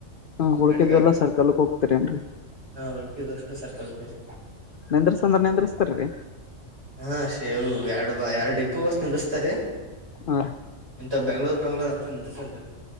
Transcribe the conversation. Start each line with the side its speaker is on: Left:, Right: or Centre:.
Left: ಹಾ ಉಳ್ಕಿದ್ವೆಲ್ಲಾ
Right: ಘಟಕಗಳು
Left: ಸರ್ಕಲ್ಕ್ ಹೋಗ್ತಾರ ಏನ್ರಿ
Right: ಉಳ್ಪಿದ ಅಷ್ಟು ಸರ್ಕಲಗೆ ರೀ.
Left: ನಿದ್ರಸ ಅಂದ್ರೆ ನಿಂದ್ರಸತ್ರರಾ ರೀ.
Right: ಹಾ ಶೇವು ಎರಡ ಬೈ ಎರಡು ಡಿಪೋ ಅಷ್ಟ ನಿಂದಿಸ್ತಾರ ರೀ.
Left: ಹಾ ರೀ
Right: ಇಂತ ಬೆಂಗಳೂರು ಬೆಂಗಳೂರು ಅಂತ ನಿಂದ್ರಸಳ್ರಿ.